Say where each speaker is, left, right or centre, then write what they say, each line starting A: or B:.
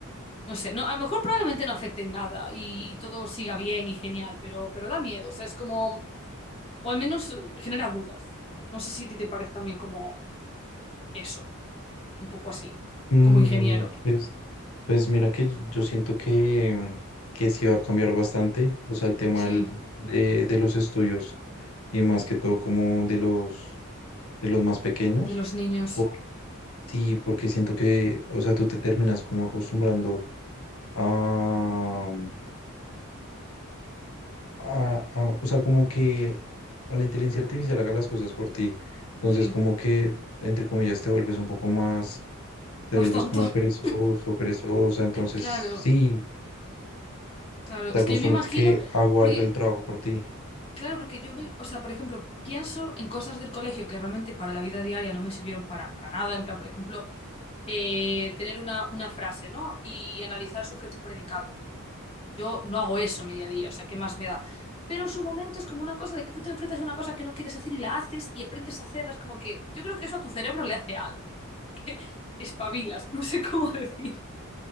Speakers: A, on the left (about 25°); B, on the left (about 85°).
A: no sé. No, a lo mejor probablemente no afecte en nada y todo siga bien y genial, pero, pero da miedo. O sea, es como, o al menos eh, genera dudas. No sé si a ti te parece también como eso, un poco así,
B: Mm,
A: como ingeniero.
B: pues, pues mira que yo, yo siento que, que sí va a cambiar bastante, o sea, el tema
A: Sí,
B: del- de, de los estudios y más que todo como de los, de los más pequeños.
A: de los niños.
B: Por- sí, porque siento que, o sea, tú te terminas como acostumbrando a, a- a- o sea, como que a la inteligencia artificial haga las cosas por ti. Entonces,
A: Sí,
B: como que, entre comillas, te vuelves un poco más, te
A: más
B: vuelves
A: tonto.
B: como
A: <laughs>
B: perezoso, perezosa. Entonces,
A: Claro,
B: sí,
A: claro.
B: te
A: Es
B: acostumbras
A: que yo me imagino,
B: que hago
A: porque
B: algo el trabajo por ti.
A: Claro, porque yo me, o sea, por ejemplo, pienso en cosas del colegio que realmente para la vida diaria no me sirvieron para, para nada, en plan, por ejemplo, eh, tener una, una frase, ¿no? Y analizar sujeto y predicado. Yo no hago eso en mi día a día, o sea, ¿qué más me da? Pero en su momento es como una cosa de que tú te enfrentas a una cosa que no quieres hacer y la haces y aprendes a hacerla, es como que yo creo que eso a tu cerebro le hace algo, <laughs> que espabilas, no sé cómo <laughs> decir.